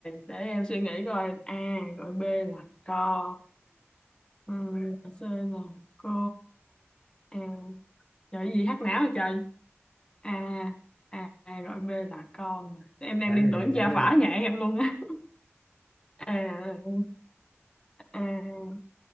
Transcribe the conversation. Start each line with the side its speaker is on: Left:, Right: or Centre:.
Left: để em suy nghĩ coi a gọi b là con ừ, gọi c là cô A Trời cái gì hát não hả trời A A A gọi B là con Em đang
Centre: ráng
Left: liên
Centre: lên em
Left: tưởng
Centre: ráng
Left: gia
Centre: lên
Left: phả
Centre: em
Left: nhà em luôn á <laughs> A A